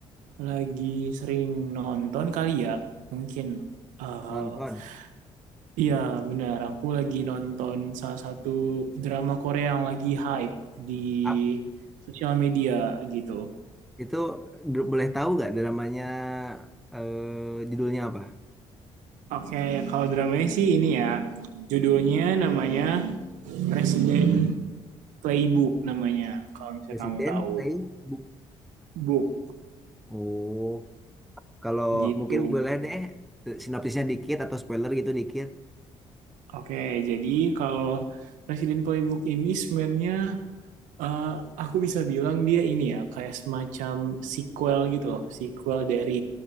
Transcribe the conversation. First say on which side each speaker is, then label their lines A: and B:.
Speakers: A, on the right; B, in the centre.
A: lagi sering nonton kali ya, mungkin. Eh,
B: Nonton.
A: iya benar, aku lagi nonton salah satu drama Korea yang lagi hype di
B: Up.
A: sosial media gitu.
B: Itu d- boleh tahu nggak dramanya eh, judulnya apa?
A: Oke, kalau dramanya sih ini ya, judulnya namanya Resident Playbook namanya, kalau misalnya
B: Presiden
A: kamu tahu.
B: Playbook.
A: Book
B: Oh, kalau
A: gitu.
B: mungkin boleh deh eh, sinopsisnya dikit atau spoiler gitu dikit.
A: Oke, jadi kalau Presiden Playbook ini sebenarnya eh, aku bisa bilang dia ini ya kayak semacam sequel gitu loh, sequel dari